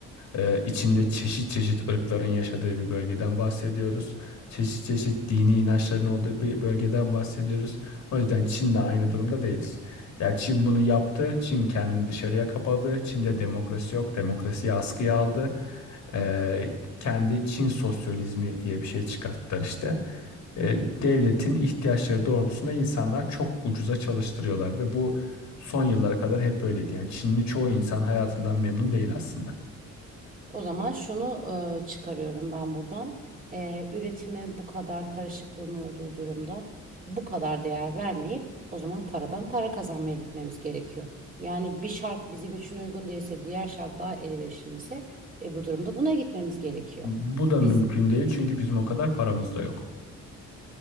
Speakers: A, on the left; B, on the right.
A: Eee içinde çeşit çeşit ırkların yaşadığı bir bölgeden bahsediyoruz. Çeşit çeşit dini inançların olduğu bir bölgeden bahsediyoruz. O yüzden Çin'le aynı durumda değiliz. Ya Çin bunu yaptı. Çin kendini dışarıya kapadı. Çin'de demokrasi yok. Demokrasiyi askıya aldı. Ee, kendi Çin sosyalizmi diye bir şey çıkarttılar işte. Ee, devletin ihtiyaçları doğrultusunda insanlar çok ucuza çalıştırıyorlar ve bu son yıllara kadar hep böyleydi. Yani Çinli çoğu insan hayatından memnun değil aslında.
B: O zaman şunu e, çıkarıyorum ben buradan. E, üretime bu kadar karışıklığın olduğu durumda bu kadar değer vermeyip o zaman paradan para kazanmaya gitmemiz gerekiyor. Yani bir şart bizim için uygun değilse diğer şart daha elverişliyse e, bu durumda buna gitmemiz gerekiyor.
A: Bu da
B: Biz
A: mümkün değil çünkü bizim o kadar paramız da yok.